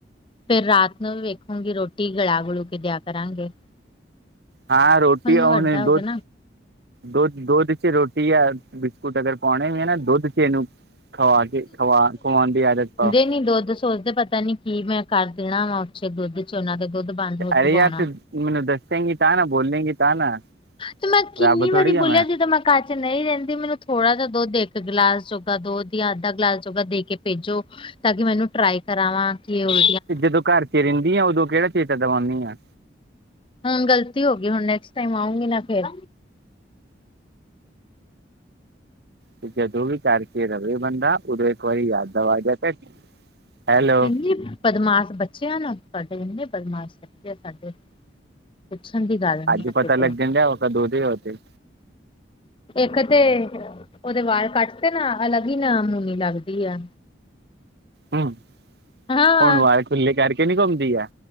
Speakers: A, on the left; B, on the right.
A: ਫੇਰ ਰਾਤ ਨੂੰ ਵੀ ਵੇਖੂੰਗੀ ਰੋਟੀ ਗਲਾ-ਗਲੂ ਕੇ ਦਿਆ ਕਰਾਂਗੇ।
B: ਹਾਂ ਰੋਟੀ
A: ਹੁਣ
B: ਔਣੇ
A: ਮੈਂ ਵੱਡਾ ਹੋ
B: ਦੁੱਧ
A: ਗਿਆ ਨਾ
B: ਦੁੱਧ ਦੁੱਧ ਚ ਰੋਟੀ ਜਾਂ ਬਿਸਕੁੱਟ ਅਗਰ ਪਾਉਣੇ ਵੀ ਹੈ ਨਾ ਦੁੱਧ ਚ ਇਹਨੂੰ ਖਵਾ ਕੇ ਖਵਾ ਖਵਾਉਣ ਦੀ ਆਦਤ ਪਾਓ
A: ਨਹੀਂ ਨਹੀਂ ਦੁੱਧ ਚੱ ਸੋਚਦੇ ਪਤਾ ਨੀ ਕੀ ਮੈਂ ਕਰ ਦੇਣਾ ਵਾ ਉੱਥੇ ਦੁੱਧ ਉਹਨਾ ਦੁੱਧ ਬੰਦ ਹੋ ਚੁੱਕਾ
B: ਅਰੇ ਯਾਰ,
A: ਹੋਣਾ
B: ਤੇ ਮੈਨੂੰ ਦੱਸੇਗੀ ਤਾਂ ਨਾ। ਬੋਲਲੇਗੀ ਤਾਂ ਨਾ।
A: ਤੇ ਮੈਂ ਕਿੰਨੀ
B: ਰੱਬ ਥੋੜ੍ਹੀ
A: ਵਾਰੀ
B: ਆ
A: ਬੋਲਿਆ, ਜਦੋਂ ਮੈਂ ਕੱਚ ਨਹੀਂ ਰਹਿੰਦੀ। ਮੈਨੂੰ ਥੋੜਾ ਜਿਹਾ ਦੁੱਧ, ਇੱਕ ਗਿਲਾਸ ਜੋਗਾ ਦੁੱਧ ਯਾ ਅੱਧਾ ਗਿਲਾਸ ਜੋਗਾ ਦੇ ਕੇ ਭੇਜੋ। ਤਾਂ ਕਿ ਮੈਨੂੰ ਟਰਾਈ ਕਰਾਵਾਂ, ਕਿ ਉਹ
B: ਤੇ ਜਦੋਂ ਘਰ ਚ ਰਹਿੰਦੀ ਆ, ਉਦੋਂ ਕਿਹੜਾ ਚੇਤਾ ਦਵਾਨੀ ਆ?
A: ਹਾਂ, ਗਲਤੀ ਹੋ ਗਈ। ਹੁਣ ਨੈਕਸਟ ਟਾਈਮ ਆਉਂਗੀ ਨਾ ਫਿਰ?
B: ਤੇ ਜਦੋਂ ਵੀ ਕਰਕੇ ਰਵੇ ਬੰਦਾ, ਉਦੋਂ ਇੱਕ ਵਾਰੀ ਯਾਦ ਆ ਜਾ ਤ, ਹੈਲੋ।
A: ਇੰਨੀ ਬਦਮਾਸ਼ ਬੱਚੇ ਨਾ ਸਾਡੇ। ਇੰਨੇ ਬਦਮਾਸ਼ ਬੱਚੇ ਆ ਸਾਡੇ। ਪੁੱਛਣ ਦੀ ਗੱਲ। ਨੀ
B: ਅੱਜੀ
A: ਆ
B: ਪਤਾ
A: ਕਿਤੇ
B: ਲੱਗਿੰ ਢੇਆ ਔਹ ਤਾ ਦੂਦੀ ਹੋਦੀ।
A: ਇੱਕ ਤੇ ਉਹਦੇ ਵਾਲ -ਕੱਟ, ਤੇ ਨਾ ਅਲੱਗ ਹੀ ਨਾਮੂਨੀ ਲੱਗਦੀ ਆ।
B: ਹਮ
A: ਹਾਂ
B: ਹੁਣ ਵਾਲ ਖੁੱਲੇ ਕਰਕੇ ਨੀ ਘੁੰਮਦੀ ਆ।